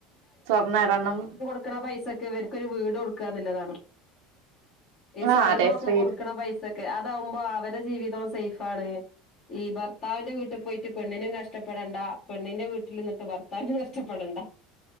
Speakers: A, on the right; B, on the left.
A: സ്വർണ്ണ ഇടണം.
B: ക്കണ പൈസക് ഇവർക്കൊരു വീട് കൊട്ക്കാ ന്ന്ല്ലതാണ്. ഈ
A: ആഹ്
B: സ്വർണൊക്കെ
A: അതെ സ്ത്രീ
B: കൊടുക്കണ പൈസക്ക് അതാവുമ്പോ അവരെ ജീവിതോം സേഫാണ്. ഈ ഭർത്താവിന്റെ വീട്ട്പോയിട്ട് പെണ്ണിനും കഷ്ടപ്പെടണ്ട പെണ്ണിന്റെ വീട്ടില്ന്ന് ട്ടു ഭർത്താവിനും കഷ്ടപ്പെടണ്ട.